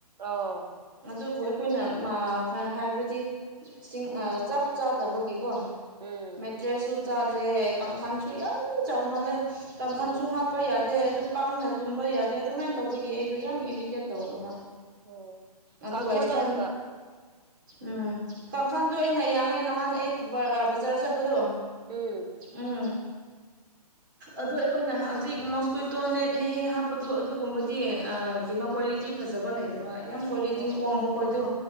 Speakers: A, on the right; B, on the right.
A: ꯑꯥ
B: ꯑꯗꯨ ꯑꯗꯨ ꯑꯩꯈꯣꯏꯅ ꯍꯥꯏꯕꯗꯤ ꯆꯤꯡ ꯆꯞ ꯆꯥꯗꯕꯒꯤꯀꯣ
A: ꯎꯝ
B: ꯃꯦꯇ꯭ꯔꯦꯁꯨꯨꯇꯥꯗꯦ ꯀꯥꯡꯈꯥꯟꯁꯨ ꯌꯥꯝ ꯆꯥꯎꯃꯜꯂꯦ ꯀꯥꯡꯈꯜꯁꯨ
A: ꯎꯝ
B: ꯍꯥꯞꯄ ꯌꯥꯗꯦ ꯑꯗꯨ ꯀꯥꯡꯅ ꯇꯨꯝꯕ ꯌꯥꯗꯦ ꯑꯗꯨꯃꯥꯏꯅ ꯇꯧꯕꯒꯤ ꯑꯩꯗ ꯌꯥꯝ ꯏꯔꯤ ꯏꯁꯇꯦꯠ ꯇꯧꯈ꯭ꯔꯕ
A: ꯎꯝ
B: ꯑꯗꯨꯒ
A: ꯀꯥꯡꯈꯟ
B: ꯏꯁꯊꯜ
A: ꯍꯥꯏꯔꯒ
B: ꯎꯝ ꯀꯥꯡꯈꯜꯗꯣ ꯑꯩꯅ ꯌꯥꯡꯉꯦ ꯅꯍꯥꯟ ꯑꯩ ꯕꯖꯥꯔ ꯆꯠꯄꯗꯣ
A: ꯎꯝ <inaudible>
B: ꯎꯝ ꯑꯗꯣ ꯑꯩꯈꯣꯏꯅ ꯍꯧꯖꯤꯛ ꯃꯣꯁꯀ꯭ꯇꯣ ꯅꯦꯠ ꯍꯦꯛ ꯍꯦꯛ ꯍꯥꯞꯄꯗꯣ ꯑꯗꯨꯒꯨꯝꯕꯗꯤ ꯀꯩꯅꯣ ꯀ꯭ꯋꯥꯂꯤꯇꯤ ꯐꯖꯕ ꯂꯩꯗꯕ ꯌꯥꯝ ꯀ꯭ꯋꯥꯂꯤꯇꯤ
A: ꯑꯣ
B: ꯍꯣꯡꯕ ꯀꯣꯏꯗꯣ